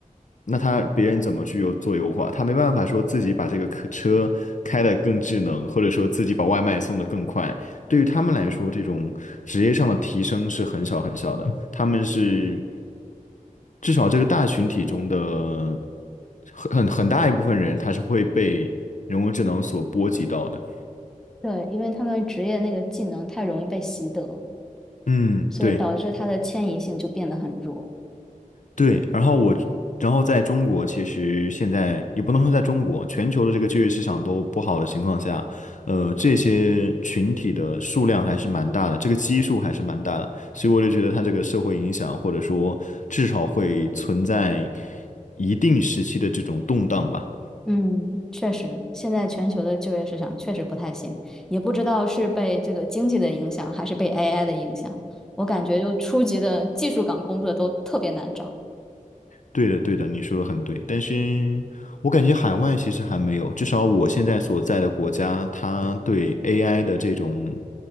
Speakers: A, on the left (about 60°); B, in the centre.
A: 那他别人怎么去优做优化？他没办法说自己把这个客车开得更智能，或者说自己把外卖送得更快。对于他们来说，这种职业上的提升是很小很小的。他们是至少这个大群体中的很很很大一部分人，他是会被人工智能所波及到的。
B: 对，因为他们职业那个技能太容易被习得。
A: 嗯，
B: 所以导致它的迁移性就变得很弱。
A: 对。对，然后我，然后在中国，其实现在也不能说在中国，全球的这个就业市场都不好的情况下，呃，这些群体的数量还是蛮大的，这个基数还是蛮大的，所以我就觉得它这个社会影响，或者说至少会存在一定时期的这种动荡吧。
B: 嗯，确实，现在全球的就业市场确实不太行，也不知道是被这个经济的影响，还是被 AI 的影响。我感觉就初级的技术岗工作都特别难找。
A: 对的，对的，你说的很对，但是我感觉海外其实还没有，至少我现在所在的国家，它对 AI 的这种。